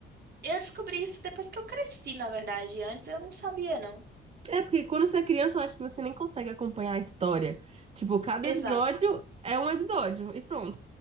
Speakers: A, on the right; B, on the right.
A: Eu descobri isso depois que eu cresci, na verdade. Antes eu não sabia, não.
B: É, porque quando você é criança, eu acho que você nem consegue acompanhar a história. Tipo, cada
A: Exato.
B: episódio é um episódio e pronto.